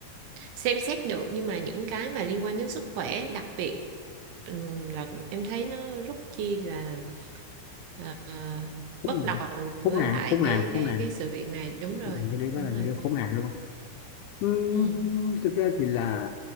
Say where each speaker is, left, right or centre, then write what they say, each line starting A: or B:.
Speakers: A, on the right; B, on the left.
A: xem xét được nhưng mà những cái mà liên quan đến sức khỏe đặc biệt ừm, là em thấy nó rất chi là ờ,
B: ừ
A: bất đồng với
B: khốn nạn
A: lại
B: khốn
A: cái
B: nạn khốn
A: cái
B: nạn
A: cái sự việc này đúng rồi
B: mình cái đấy đó
A: đúng
B: là
A: rồi
B: video khốn nạn luôn á. Ừm,
A: Ừ,
B: thực ra thì là